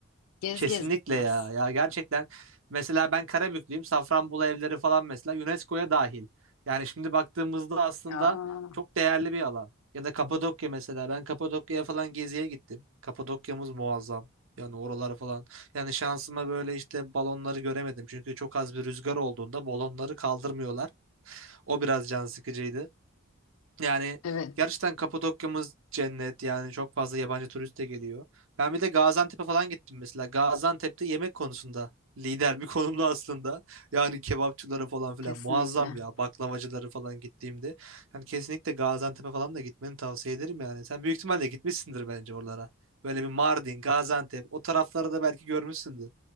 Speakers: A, on the left; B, on the right.
A: Gez
B: Kesinlikle
A: gez bitmez.
B: ya. Ya gerçekten mesela ben Karabüklüyüm. Safranbolu evleri falan mesela UNESCO'ya dahil. Yani şimdi baktığımızda aslında
A: Aa,
B: çok değerli bir alan. Ya da Kapadokya mesela. Ben Kapadokya'ya falan geziye gittim. Kapadokya'mız muazzam. Yani oralar falan. Yani şansıma böyle işte balonları göremedim. Çünkü çok az bir rüzgar olduğunda balonları kaldırmıyorlar. O biraz can sıkıcıydı. Yani
A: evet,
B: gerçekten Kapadokya'mız cennet yani çok fazla yabancı turist de geliyor. Ben bir de Gaziantep'e falan gittim mesela. Gaziantep'te yemek konusunda lider bir konumda aslında. Yani kebapçıları falan filan
A: kesinlikle.
B: muazzam ya baklavacıları falan gittiğimde. Yani kesinlikle Gaziantep'e falan da gitmeni tavsiye ederim yani. Sen büyük ihtimalle gitmişsindir bence oralara. Böyle bir Mardin, Gaziantep o tarafları da belki görmüşsündür.